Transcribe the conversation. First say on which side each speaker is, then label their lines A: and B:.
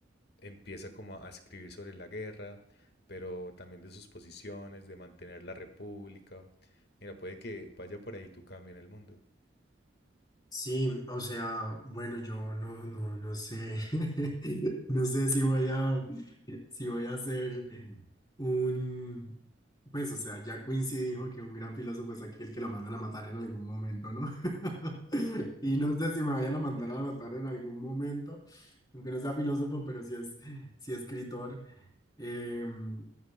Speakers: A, on the left; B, on the left.
A: empieza como a escribir sobre la guerra, pero también de sus posiciones, de mantener la república. Mira, puede que vaya por ahí tu cambio en el mundo.
B: Sí, o sea, bueno, yo no, no, no sé, <laughs> no sé si voy a, si voy a hacer un, pues, o sea, ya Quincy dijo que un gran filósofo es aquel que lo mandan a matar en algún momento, ¿no? <laughs>
A: <laughs>
B: Y no sé si me vayan a mandar a matar en algún momento, aunque no sea filósofo, pero sí es, sí escritor. Em,